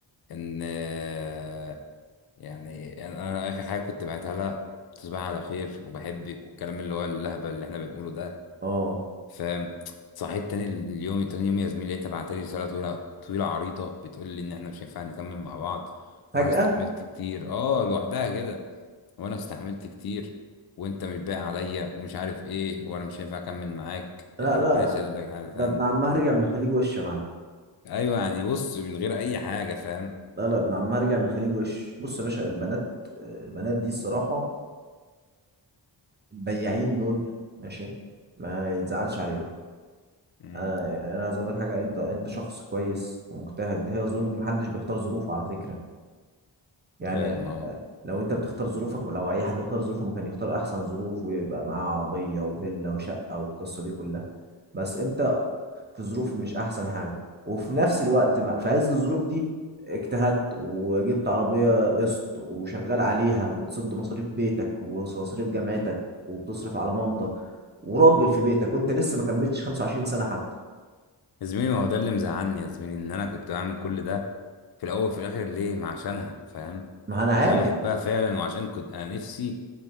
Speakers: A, on the left; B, on the right.
A: ان آه، يعني انا أنا اخر حاجة كنت بعتها لها تصبح على خير وبحبك والكلام اللي هو اللهبة اللي احنا بنقوله ده
B: اه
A: فاهم صحيت تاني اليوم تاني يوم يا زميلي لقيتها بعتلي لي رسالة طويلة طويلة عريضة بتقول لي ان احنا مش هينفع نكمل مع بعض
B: فجأة
A: وانا استحملت كتير اه لوحدها كده وانا استحملت كتير وانت مش باقي عليا ومش عارف ايه وانا مش هينفع اكمل معاك
B: لا
A: إيه،
B: لا
A: ربنا يسهل لك حاجه فاهم
B: ده ابن عمها رجع من الخليج وش يا معلم
A: ايوه يعني بص من غير اي حاجه فاهم
B: لا لا ابن عمها رجع من الخليج وش بص يا باشا البنات البنات دي الصراحة البياعين دول ماشي ما يتزعلش عليهم
A: امم
B: آه يعني انا عايز اقول لك حاجة انت انت شخص كويس ومجتهد هي الظروف دي محدش بيختار ظروفه على فكرة يعني
A: فاهم اه
B: آه، لو انت بتختار ظروفك لو اي حد يختار ظروفه ما كان يختار احسن ظروف ويبقى معاه عربية وفيلا وشقة والقصة دي كلها بس انت في ظروف مش احسن حاجه وفي نفس الوقت ما في عز الظروف دي اجتهدت وجبت عربيه قسط وشغال عليها بتسد مصاريف بيتك ومصاريف جامعتك وبتصرف على مامتك وراجل في بيتك وانت لسه ما كملتش 25 سنه حتى
A: يا زميلي ما هو ده اللي مزعلني يا زميلي ان انا كنت بعمل كل ده في الاول وفي الاخر ليه ما عشانها فاهم
B: ما انا عارف
A: عشان أنا بحبها فعلا وعشان كنت انا نفسي